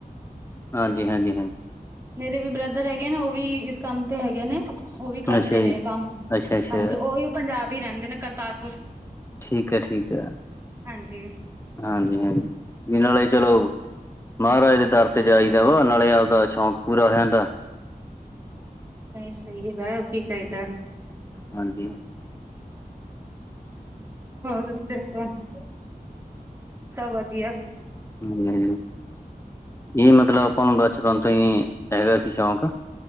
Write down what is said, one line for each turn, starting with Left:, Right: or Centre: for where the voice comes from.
Left: ਹਾਂਜੀ-ਹਾਂਜੀ-ਹਾਂਜੀ।
Right: ਮੇਰੇ ਵੀ ਬ੍ਰਦਰ ਹੈਗੇ ਨੇ, ਉਹ ਵੀ ਇਸ ਕੰਮ ਤੇ ਹੈਗੇ ਨੇ। ਉਹ ਵੀ ਕਰਦੇ
Left: ਅੱਛਾ ਜੀ
Right: ਨੇ ਏਹ ਕੰਮ।
Left: ਅੱਛਾ ਅੱਛਾ
Right: ਹਾਂਜੀ, ਉਹ ਵੀ ਪੰਜਾਬ ਈ ਰਹਿੰਦੇ ਨੇ, ਕਰਤਾਰਪੁਰ।
Left: ਠੀਕ ਐ, ਠੀਕ ਐ।
Right: ਹਾਂਜੀ
Left: ਹਾਂਜੀ-ਹਾਂਜੀ, ਇਹ ਨਾਲ ਏ ਚਲੋ ਮਾਹਰਾਜ ਦੇ ਦਰ ਤੇ ਜਾਈ ਦਾ ਵਾ, ਨਾਲੇ ਆਪਦਾ ਸ਼ੌਕ ਪੂਰਾ ਹੋ ਜਾਂਦਾ।
Right: ਤਾਂ ਏਹ ਸਹੀ ਜਗ੍ਹਾ ਏ, ਹੋਰ ਕੀ ਚਾਹੀਦੇ।
Left: ਹਾਂਜੀ।
Right: ਹੋਰ ਤੁਸੀਂ <unintelligible> ਸਭ ਵਧੀਆ।
Left: ਨਹੀ-ਨਹੀ ਮਤਲਬ ਆਪਾਂ ਨੂੰ ਬਚਪਨ ਤੋਂ ਈ, ਹੈਗਾ ਸੀ ਸ਼ੌਕ